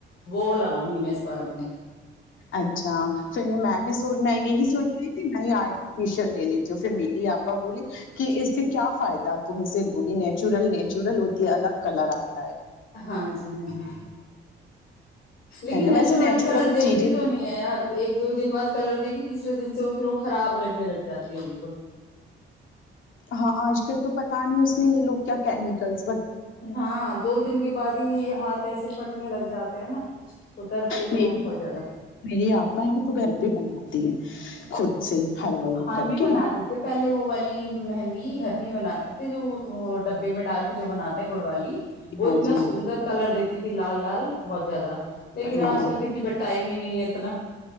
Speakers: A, on the left; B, on the left.
A: وہ لگاؤں گی میں اس بار نہیں
B: اچھا پھر نہیں میں بھی سوچ میں یہی سوچ رہی کہ نہیں آرفل لے لیتی ہو پھر میری آپا بولی کہ اس پ کیا فائدہ تم اسے لوگی نیچورل نیچورل ہوتی الگ کلر آپ
A: ہاں جی ہاں جی لیکن
B: ہے نا
A: نیچرل
B: ویسے نیچورل
A: والی کلر دیتی
B: چیزیں
A: تو نہیں ہے یار ایک دو دن بعد کلر دیگی تسرے دن سے پھر وہ خراب لگنے لگ جاتی ہے بالکل
B: ہاں آج کل تو پتا نہیں اس میں یہ لوگ کیا کیمکلس
A: ہاں دو دن کے بعد ہی ہاتھ ایسے پھٹنے لگ جاتے ہیں نا اترتی ہے جب
B: مری
A: وہ بہت زیادہ
B: میری آپا ہے وہ تو گھر بھی بناتی ہیں خود سے ہڑبل
A: ہم
B: کر
A: بھی
B: کے
A: بناتے تھے پہلے وہ والی مہندی گھر میں بناتے تھے جو وہ ڈبے میں ڈال کے جو بنات گڑ والی وہ
B: ہاں
A: اتنا
B: جی ہاں
A: سندر
B: جی
A: کلر دیتی تھی لال لال بہت زیادہ لیکن
B: ہاں
A: آج کل کسی پر ٹائم ہی نہیں ہے اتنا